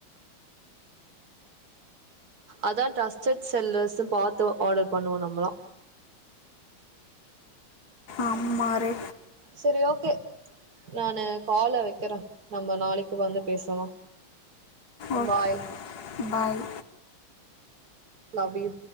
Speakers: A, on the right (about 50°); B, on the left (about 50°).
A: அதா ட்ரஸ்ட்செட் செல்லர்ஸூ பாத்து ஆடர் பண்ணுவோ நம்மளா
B: ஆமா ரே
A: செரி ஓகே நானு கால வைக்குறே நம்ம நாளைக்கு வந்து பேசலா
B: okay
A: bye
B: bye
A: love U